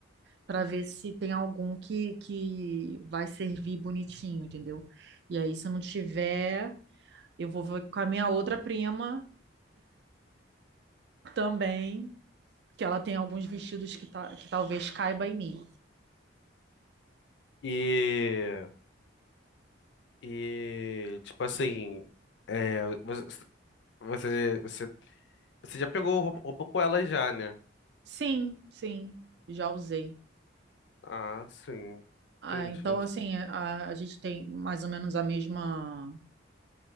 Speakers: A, on the right (about 55°); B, on the left (about 65°).
A: para ver se tem algum que, que vai servir bonitinho, entendeu? E aí, se não tiver, eu vou ver com a minha outra prima também, que ela tem alguns vestidos que, tá, que talvez caiba em mim.
B: E, e tipo assim, é, você, você, você você já pegou roupa, roupa com ela já, né?
A: Sim, sim, já usei.
B: Ah, sim.
A: Ah,
B: Entendi.
A: então, assim, a, a gente tem mais ou menos a mesma,